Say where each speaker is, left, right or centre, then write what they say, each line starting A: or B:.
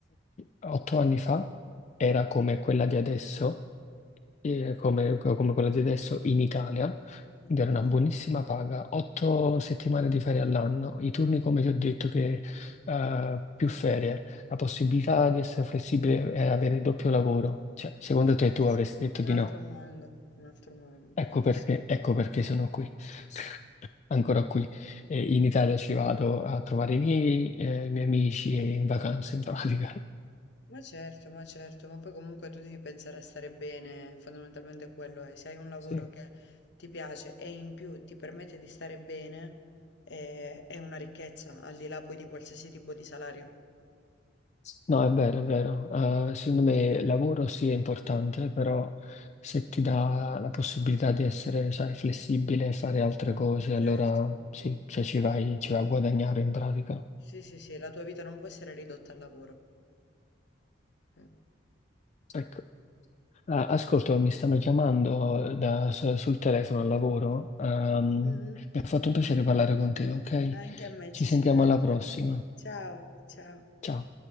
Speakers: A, on the left; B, on the left.
A: 8 anni fa era come quella di adesso eh, come, come quella di adesso in Italia,
B: Ok,
A: ed era una buonissima paga, otto settimane di ferie all'anno, i turni come ti ho detto che eh, più ferie, la possibilità di essere flessibile e avere il doppio lavoro. Cioè, secondo
B: che scherzo.
A: te tu avresti detto
B: Un
A: di
B: altro
A: no?
B: mondo, un altro mondo,
A: Ecco
B: no,
A: perché,
B: sì.
A: ecco perché sono qui, <laughs> ancora qui. E in Italia ci vado a trovare i miei, eh, i miei amici e in vacanza in pratica. <laughs>
B: Ma certo, ma certo, ma poi comunque tu devi pensare a stare bene, fondamentalmente quello è. Se hai un lavoro
A: Sì.
B: che ti piace e in più ti permette di stare bene, è, è una ricchezza, al di là poi di qualsiasi tipo di salario.
A: No, è vero, è vero. Eh, secondo me lavoro sì è importante, però se ti dà la possibilità di essere, sai, flessibile e fare altre cose, allora
B: Certo,
A: sì, cioè ci vai, ci vai a guadagnare in pratica.
B: sì, sì, sì, la tua vita non può essere ridotta al lavoro. Sì.
A: Ecco. Ah, ascolto, mi stanno chiamando eh, da- su- sul telefono al lavoro. Ehm,
B: Mhm.
A: mi ha fatto un piacere parlare con te, ok?
B: Anche a me
A: Ci
B: ci
A: sentiamo
B: si sente.
A: alla prossima.
B: Ciao, ciao.
A: Ciao.